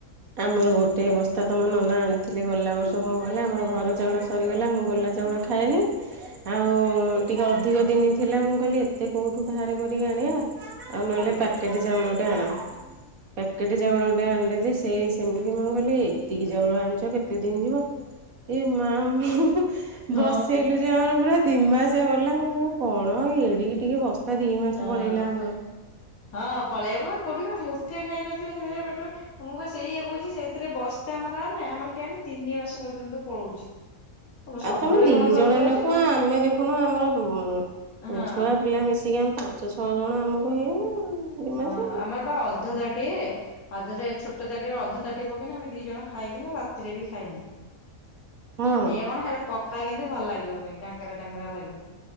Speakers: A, on the right; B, on the left.
A: ଆମର ଗୋଟେ ବସ୍ତା ତମର ନନା ଆଣି ହେଲେ ଗଲା ବର୍ଷ କଣ ଗଲା ଆମର ଘର ଚାଉଳ ସରିଗଲା ମୁଁ ଗଲା ଚାଉଳ ଖାଏନି। ଆଉ ଟିକେ ଅଧିକ ଦିନ ଥିଲା ମୁଁ କହିଲି ଏତେ କୋଉଠୁ ଧାରେ କରିକି ଆଣିବା ଆଉ ନହେଲେ
B: ହଁ
A: ପ୍ୟାକେଟ ଚାଉଳ ଟା ଆଣ ପ୍ୟାକେଟ ଚାଉଳ ଟେ ଆଣିଲେ ସେ ସେମିତି ମୁଁ କହିଲି ଏତିକି ଚାଉଳ ଆଣିଛ କେତେ ଦିନ ଯିବ ଏ ମା ମୁଁ ହୁଁ ହୁଁ।
B: ହଁ
A: ବସେଇଲୁ ଯେ ଆଉ ପୁରା ଦି ମାସେ ଗଲା ମୁଁ କଣ ଏଡିକି ଟିକେ ବସ ତା ଦି ମାସ
B: ହଁ।
A: ପଳେଇଲା ଆମର।
B: ହଁ ପଳେଇବ କୋଉଠି ମୁଠେ ଖାଇ ନଥିବ <unintelligible> ପେଟ ମୁଁ ପା ସେଇୟା କହୁଛି ସେଥିରେ ବସ୍ ଆମର ଆଣିନେ ଆମର କେ ଆଣି ତିନି ମାସ ପର୍ଯ୍ୟନ୍ତ ପଳଉଛି। ମୁଁ ସବୁବେଳେ
A: ଆଉ ତମେ ଦି
B: କଣ ଘରକୁ
A: ଜଣ
B: ଯାଉଛି
A: ଲୋକ
B: ନା
A: ଆମେ ଦେଖୁନ ଆମର ଉ
B: ହଁ।
A: ଛୁଆ ପିଲା ମିଶିକି ଆମେ ପାଞ୍ଚ ଛଅ ଜଣ ଆମକୁ ହେଇଗଲା ଆଉ। ଦି ମାସେ।
B: ହଁ ଆମର ବା ଅ ଅଧ ତାଟିଏ ଆଉ ତା ଦେହରେ ଛୋଟ ତାଟିରେ ଅଧ ତାଟିଏ ପକେଇନା ଆମେ ଦି ଜଣ ଖାଇକିନା ରାତିରେ ବି ଖାଇନୁ।
A: ହଁ
B: ଏଇଆ କଣ ସେଇଟା ପଖାଳ କିନ୍ତୁ ଭଲ ଲାଗିବନି ଡାଙ୍ଗରା ଡାଙ୍ଗରା ଲାଗିବ।